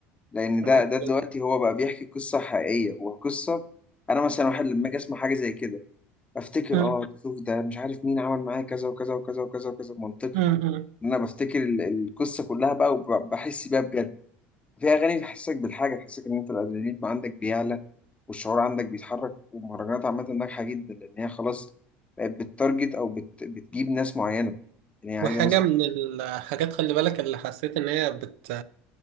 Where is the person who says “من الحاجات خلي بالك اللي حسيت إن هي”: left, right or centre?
Right